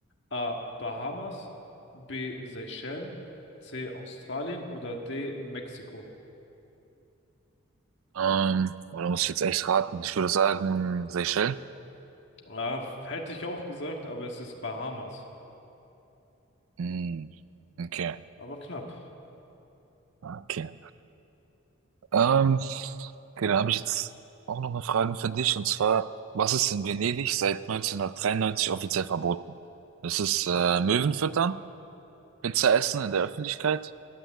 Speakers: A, on the left; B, on the right.
A: A. Bahamas, B. Seychellen, C. Australien oder D. Mexiko?
B: Ähm, oder muss ich jetzt echt raten? Ich würde sagen, Seychellen.
A: Ah, f- hätte ich auch gesagt, aber es ist Bahamas.
B: Mhm. Okay,
A: Aber knapp.
B: okay. Ähm, okay, dann habe ich jetzt auch noch eine Frage für dich und zwar, was ist in Venedig seit 1993 offiziell verboten? Ist es äh, Möwen füttern, Pizza essen in der Öffentlichkeit,